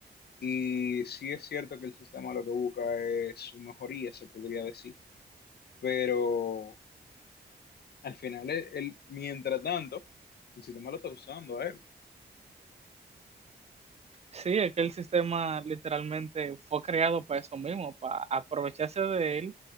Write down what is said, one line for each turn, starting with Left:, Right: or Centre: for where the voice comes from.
Left: Y sí es cierto que el sistema lo que busca es su mejoría, se podría decir. Pero al final, él, él, mientras tanto, el sistema lo está usando a él.
Right: Sí, es que el sistema literalmente fue creado para eso mismo, para aprovecharse de él